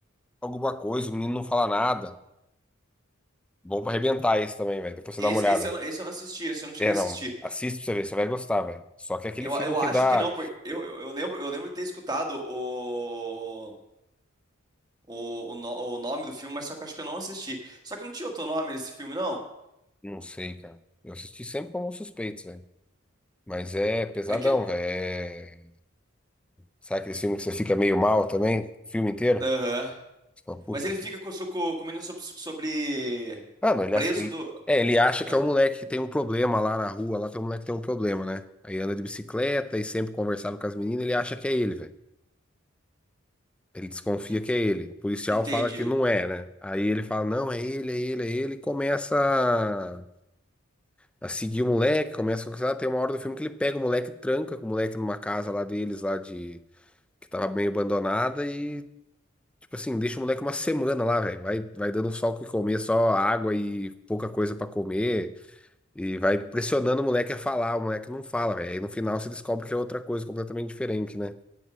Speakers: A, in the centre; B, on the right (about 20°).
A: alguma coisa, o menino não fala nada. Bom pra arrebentar esse também, velho. Depois você
B: Esse,
A: dá uma olhada.
B: esse, eu não, esse eu não assisti, esse eu não cheguei
A: É,
B: a
A: não.
B: assistir.
A: Assiste pra você ver, você vai gostar, velho. Só que é aquele
B: Eu,
A: filme
B: eu
A: que
B: acho
A: dá.
B: que não, porque eu, eu, eu lembro, eu lembro de ter escutado o, o, o, no- o nome do filme, mas só que eu acho que eu não assisti. Só que não tinha outro nome nesse filme, não?
A: Não sei, cara. Eu assisti sempre como Suspeitos, velho. Mas é pesadão,
B: É que.
A: velho. É... Sabe aquele filme que você fica meio mal também? O filme inteiro?
B: Aham.
A: Você fala, puta,
B: Mas ele
A: que...
B: fica com, com, com o menino sobre, sobre.
A: Mano, ele,
B: Preso
A: acha- ele...
B: do.
A: É, ele acha
B: Ah,
A: que é um moleque que tem um problema lá na rua. Lá tem um moleque que tem um problema, né? Aí anda de bicicleta e sempre conversava com as meninas. Ele acha que é ele, velho. Ele desconfia
B: ent-
A: que é ele. O policial
B: entendi.
A: fala que não é, né? Aí ele fala, não, é ele, é ele, é ele. E começa a a seguir o moleque, começa a conversar. Tem uma hora do filme que ele pega o moleque, e tranca com o moleque numa casa lá deles, lá de... Que tava meio abandonada e, tipo assim, deixa o moleque uma semana lá, velho. Vai, vai dando só o que comer, só água e pouca coisa pra comer. E vai pressionando o moleque a falar. O moleque não fala, velho. Aí no final se descobre que é outra coisa completamente diferente, né?